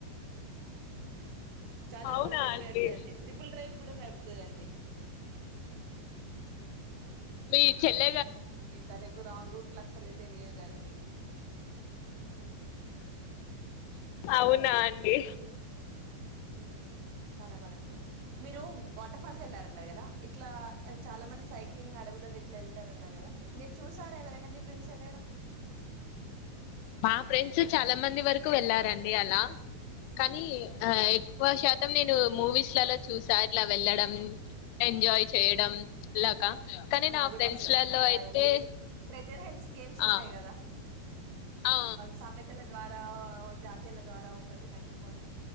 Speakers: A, on the right; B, on the left.
A: చాలా
B: అవునా
A: పర్ఫెక్ట్
B: అండి
A: నడుతుందిండి ట్రిపుల్ డ్రైవ్ కూడా నడు పతుదడి
B: మీ చెల్ల
A: ఈ తనకు రాంగ్ రూట్లు అసలే తెలియదండి
B: అవునా అండి
A: హ చాలా బాగాతుంది మీరు వాటర్ ఫాల్స్ వెళ్లారన్నారు కదా ఇట్లా చాలా మంది సైకిలింగ్ అడవులలో ఇట్లా వెళ్తారున్నారు కదా మీరు చూసారా ఎవరైనా మీ ఫ్రెండ్స్ ఎళ్ళడం
B: మా ఫ్రెండ్స్ చాలా మంది వరకు వెళ్లారండి అలా కానీ ఆ ఎక్కువ శాతం నేను మూవీస్లలో చూసా ఇట్ల వెళ్లడం ఎంజాయ్ చేయడం ఇలాగా కానీ
A: నాకు
B: నా
A: కూడా
B: ఫ్రెండ్స్
A: ఇష్టం
B: లలో
A: అండి అలా
B: అయితే
A: వెళ్ళి ట్రెజర్ హెండ్స్ గేమ్స్ ఉంటాయి
B: ఆ
A: గదా
B: ఆ
A: సమెతల ద్వారా జాతీయల ద్వారా ఒకటి కనుక్కకొని